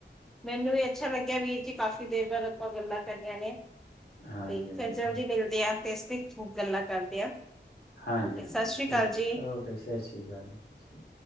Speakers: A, in the centre; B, on the left.
A: ਮੈਨੂੰ ਵੀ ਅੱਛਾ ਲੱਗਿਆ ਵੀਰ ਜੀ, ਕਾਫ਼ੀ ਦੇਰ ਬਾਅਦ ਆਪਾਂ ਗੱਲਾਂ ਕਰੀਆਂ ਨੇ
B: ਹਾਂਜੀ
A: ਤੇ ਫਿਰ
B: ਹਾਂਜੀ
A: ਜਲਦੀ ਮਿਲਦੇ ਆ, ਤੇ ਇਸ ਖੂਬ ਗੱਲਾਂ ਕਰਦੇ ਆ
B: ਹਾਂਜੀ
A: ਓਕੇ
B: -ਹਾਂਜੀ
A: ਸਤਿ ਸ੍ਰੀ
B: ਠੀਕ
A: ਅਕਾਲ ਜੀ
B: ਓਕੇ ਸਤਿ ਸ਼੍ਰੀ ਅਕਾਲ ਜੀ ਸਤਿ ਸ਼੍ਰੀ ਅਕਾਲ।